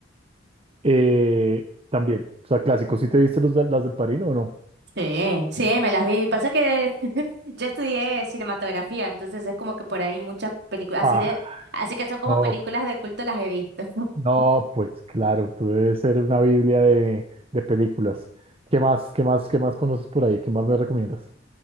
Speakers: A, on the right; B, on the right.
A: Eh, también, o sea, clásicos. ¿Sí te viste los, de- las del Padrino o no?
B: Sí, sí, me las vi. Pasa que <laughs> yo estudié cinematografía, entonces es como que por ahí muchas películas,
A: Ah,
B: así de, así que son como
A: no,
B: películas de culto las he visto.
A: no, pues claro, tú debes ser una biblia de, de películas. ¿Qué más, qué más, qué más conoces por ahí? ¿Qué más me recomiendas?